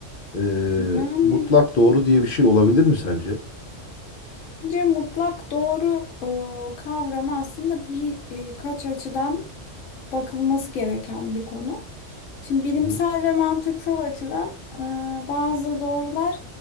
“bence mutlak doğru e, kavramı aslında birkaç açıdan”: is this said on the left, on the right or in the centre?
Left